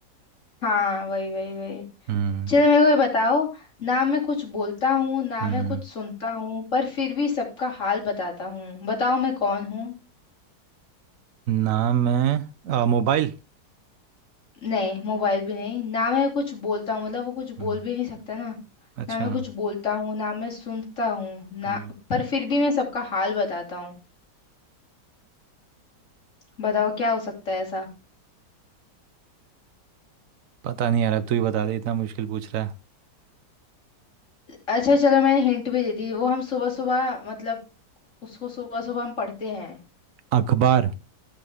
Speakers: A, on the left (about 45°); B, on the right (about 60°).
A: हाँ वही वही वही
B: हम्म
A: चलो मेरे को ये बताओ ना मैं कुछ बोलता हूँ ना
B: हम्म
A: मैं कुछ सुनता हूँ पर फिर भी सबका हाल बताता हूँ बताओ मैं कौन हूँ
B: नाम है आ, मोबाइल
A: नहीं मोबाइल भी नहीं ना मैं कुछ बोलता हूँ मतलब वो कुछ
B: हम्म
A: बोल भी नहीं सकता ना
B: अच्छा
A: ना मैं कुछ बोलता हूँ ना मैं सुनता हूँ ना
B: हम्म
A: पर फिर भी मैं सबका हाल बताता हूँ बताओ क्या हो सकता है ऐसा
B: पता नहीं यार अब तू ही बता दे इतना मुश्किल पूछ रहा है
A: अच्छा चलो मैंने हिंट भी दे दी वो हम सुबह सुबह मतलब उसको सुबह सुबह हम पढ़ते हैं
B: अखबार